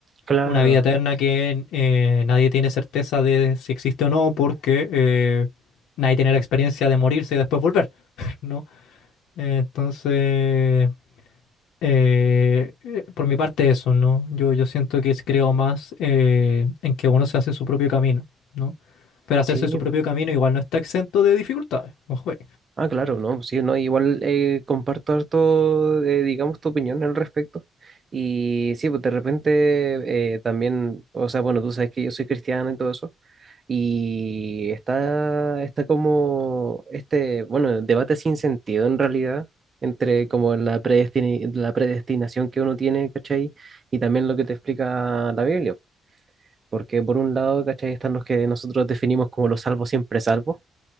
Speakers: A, on the right; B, on the left.
A: Claro,
B: Una vida eterna que eh, nadie tiene certeza de si existe o no, porque eh, nadie tiene la experiencia de morirse y después volver, <laughs> ¿no? Entonces, eh, eh, por mi parte eso, ¿no? Yo, yo siento que es- creo más eh, en que uno se hace su propio camino, ¿no? Pero hacerse
A: sí,
B: su propio camino igual no está exento de dificultades, ojo. ahí.
A: Ah, claro, no, sí, no, igual eh, comparto harto, eh, digamos, tu opinión al respecto. Y sí, pues de repente eh, también, o sea, bueno, tú sabes que yo soy cristiano y todo eso. Y está, está como este, bueno, debate sin sentido en realidad, entre como la predestini- la predestinación que uno tiene, ¿cachai? Y también lo que te explica la Biblia. Porque por un lado, ¿cachai? Están los que nosotros definimos como los salvos siempre salvos